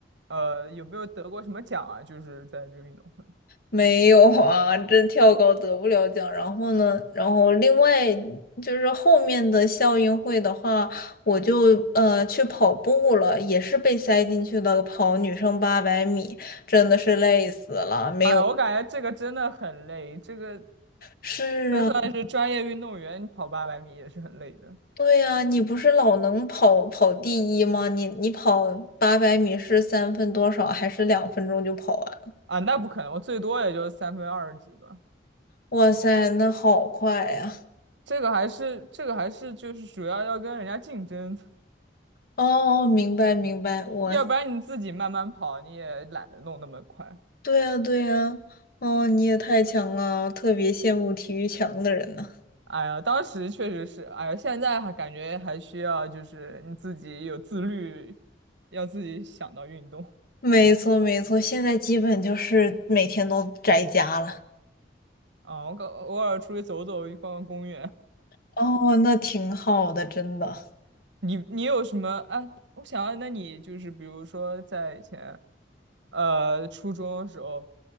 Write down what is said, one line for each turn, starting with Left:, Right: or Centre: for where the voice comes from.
Right: 呃，有没有得过什么奖啊？就是在这个运动会。
Left: 没有啊，这跳高得不了奖。然后呢，然后另外就是后面的校运会的话，我就呃去跑步了，也是被塞进去的，跑女生八百米，真的是累死了，没有。
Right: 哎呀，我感觉这个真的很累，这个。
Left: 是啊，
Right: 就算是专业运动员跑八百米也是很累的
Left: 对啊，你不是老能跑跑第一吗？你你跑八百米是三分多少，还是两分钟就跑完了
Right: 啊，那不可能，我最多也就三分二十几吧。
Left: 哇塞，那好快呀！
Right: 这个还是这个还是就是主要要跟人家竞争，
Left: 哦，明白明白，
Right: <laughs>
Left: 我。
Right: 要不然你自己慢慢跑你也懒得弄那么快。
Left: 对呀，对呀，哦，你也太强了，特别羡慕体育强的人呢。
Right: 哎呀，当时确实是，哎呀，现在还感觉还需要就是你自己有自律，要自己想到运动
Left: 没错，没错，现在基本就是每天都宅家了。
Right: 啊。我偶偶尔出去走走，逛逛公园，
Left: 哦，那挺好的，真的。
Right: 你你有什么啊？我想要，那你就是比如说在以前，呃，初中的时候，